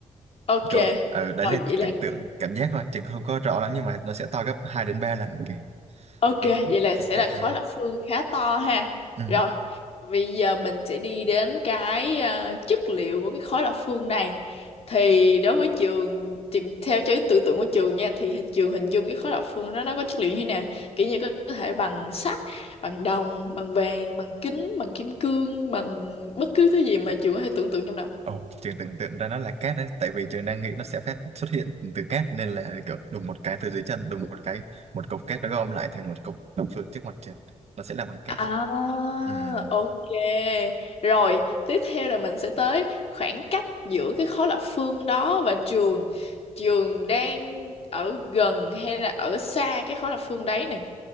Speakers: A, on the left (about 55°); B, on the right (about 60°).
A: ok.
B: kiểu ở đấy
A: Rồi
B: là
A: vậy là
B: tưởng tượng cảm giác thôi trường không có rõ lắm nhưng mà nó sẽ to gấp hai đến ba lần cái
A: Ok,
B: cái
A: vậy là sẽ
B: cái chiều
A: là khối
B: cao
A: lập phương khá to ha.
B: Ừ.
A: Rồi, bây giờ mình sẽ đi đến cái ờ, chất liệu của cái khối lập phương này. Thì đối với trường tìm theo cho tưởng tượng của trường nha thì trường hình dung cái khối lập phương đó nó có chất liệu như thế nào? Kiểu như có có thể bằng sắt, bằng đồng, bằng vàng, bằng kính, bằng kim cương, bằng bất cứ thứ gì mà trường có thể tưởng tượng trong đầu.
B: Ồ, trường tưởng tượng ra nó là cát đấy, tại vì trường đang nghĩ nó sẽ phát xuất hiện từ cát nên là kiểu đùng một cái từ dưới chân, đùng một cái một cục cát nó gom lại thành một cục đồng phương trước mặt trường, nó sẽ là bằng cát.
A: À,
B: Ừm,
A: ok. Rồi, tiếp theo là mình sẽ tới khoảng cách giữa cái khối lập phương đó và trường. Trường đang ở gần hay là ở xa cái khối lập phương đấy này.